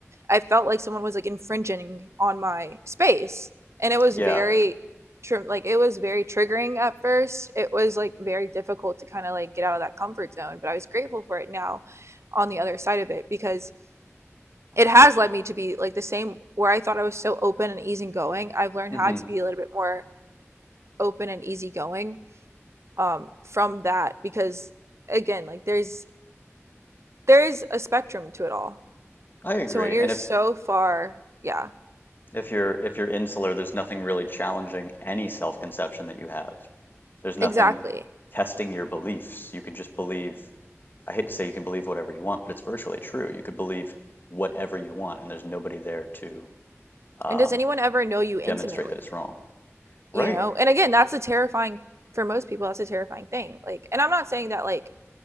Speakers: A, on the right (about 65°); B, on the left (about 45°).
A: I felt like someone was like infringing on my space, and it was
B: Yeah.
A: very tr- like it was very triggering at first. It was like very difficult to kind of like get out of that comfort zone, but I was grateful for it now on the other side of it because it has led me to be like the same where I thought I was so open and easygoing. I've learned
B: hmm
A: how to be a little bit more open and easygoing um from that because again, like there's there's a spectrum to it all.
B: I agree.
A: So when you're
B: And if
A: so far, yeah,
B: if you're if you're insular, there's nothing really challenging any self-conception that you have. There's nothing
A: exactly.
B: testing your beliefs. You can just believe, I hate to say you can believe whatever you want, but it's virtually true. You could believe whatever you want, and there's nobody there to um,
A: And does anyone ever know you intimately?
B: demonstrate that it's wrong. Right.
A: You know, and again, that's a terrifying for most people. That's a terrifying thing. Like, and I'm not saying that like